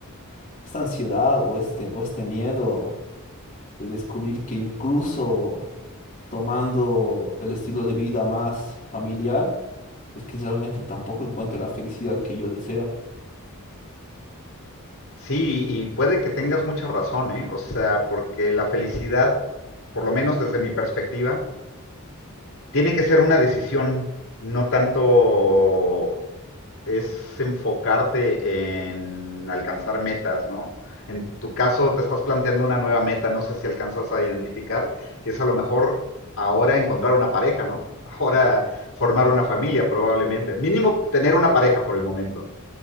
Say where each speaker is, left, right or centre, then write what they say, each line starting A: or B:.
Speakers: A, on the left (about 35°); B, on the left (about 75°).
A: esta ansiedad o este, o este miedo de descubrir que incluso tomando el estilo de vida más familiar, es que realmente tampoco encuentre la felicidad que yo deseo.
B: Sí, y puede que tengas mucha razón, ¿eh? O sea, porque la felicidad, por lo menos desde mi perspectiva, tiene que ser una decisión, no tanto es enfocarte en alcanzar metas, ¿no? En tu caso, te estás planteando una nueva meta, no sé si alcanzas a identificar, que es a lo mejor ahora encontrar una pareja, ¿no? <laughs> Ahora formar una familia, probablemente. Mínimo tener una pareja por el momento.